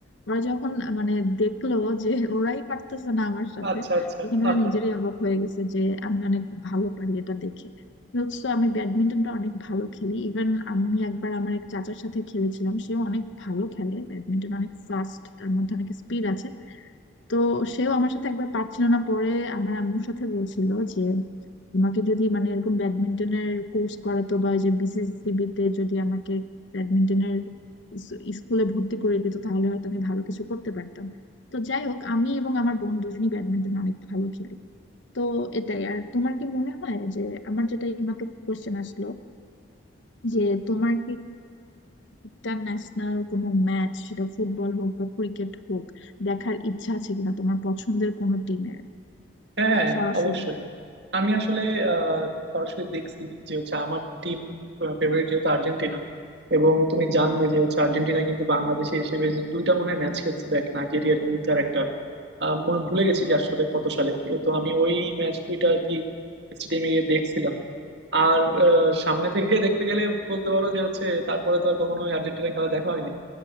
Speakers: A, on the left; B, on the right.
A: ওরা যখন মানে দেখলো যে ওরাই পারতেছে না আমার সাথে
B: আচ্ছা আচ্ছা
A: তখন
B: <laughs>
A: ওরা নিজেরই অবাক হয়ে গেছে যে আমি অনেক ভালো পারি এটা দেখে তো আমি ব্যাডমিন্টনটা অনেক ভালো খেলি ইভেন আমি একবার আমার এক চাচার সাথে খেলেছিলাম সেও অনেক ভালো খেলে ব্যাডমিন্টন অনেক ফাস্ট তার মধ্যে অনেক স্পিড আছে তো সেও আমার সাথে একবার পারছিল না পরে আমার আম্মুর সাথে বলছিল যে তোমাকে যদি মানে এরকম ব্যাডমিন্টনের কোর্স করাতো বা ওই যে বিসিসিবি তে যদি আমাকে ব্যাডমিন্টনের স্কুলে ভর্তি করে দিত তাহলে হয়তো আমি ভালো কিছু করতে পারতাম তো যাই হোক আমি এবং আমার বোন দুজনই ব্যাডমিন্টন অনেক ভালো খেলি তো এটাই আর তোমার কি মনে হয় যে আমার যেটা এইমাত্র কোশ্চেন আসলো যে তোমার কি ইন্টারন্যাশনাল কোনো ম্যাচ সেটা ফুটবল হোক বা ক্রিকেট হোক দেখার ইচ্ছা আছে কিনা তোমার পছন্দের কোনো টিমের
B: হ্যাঁ হ্যাঁ,
A: সরাসরি
B: অবশ্যই আমি আসলে আহ, সরাসরি দেখছি যে হচ্ছে আমার টিম ফেভারিট যেহেতু আর্জেন্টিনা এবং তুমি জানবে যে হচ্ছে আর্জেন্টিনা কিন্তু বাংলাদেশে এসে বেশ দুইটা মনে হয় ম্যাচ খেলছিল এক নাইজেরিয়ার বিরুদ্ধে আর একটা আহ, মনে ভুলে গেছি যে আসলে কত সালে তো আমি ওই ম্যাচ দুইটা আর কি স্টেডিয়ামে গিয়ে দেখছিলাম আর আহ, সামনে থেকে দেখতে গেলে বলতে পারো যে হচ্ছে তারপরে তো আর কখনো আর্জেন্টিনা খেলা দেখা হয়নি